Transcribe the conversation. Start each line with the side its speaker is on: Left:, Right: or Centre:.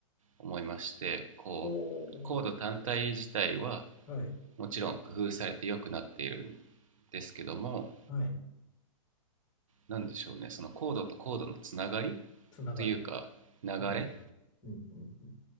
Right: 思いましてこうコード単体自体は
Left: おおはい
Right: もちろん工夫されて良くなっているんですけども
Left: はい
Right: 何でしょうねそのコードとコードのつながり
Left: つながり
Right: というか流れ
Left: うん。うん。うん。うん